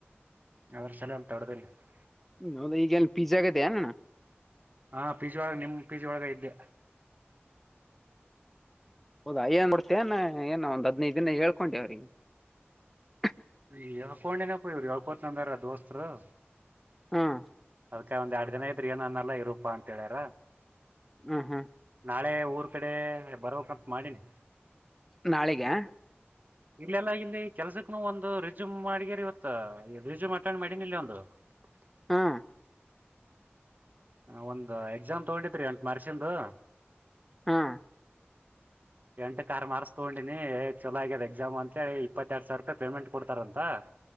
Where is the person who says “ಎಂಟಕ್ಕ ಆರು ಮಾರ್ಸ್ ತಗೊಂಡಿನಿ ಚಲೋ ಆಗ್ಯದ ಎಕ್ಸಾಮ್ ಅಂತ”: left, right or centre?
Right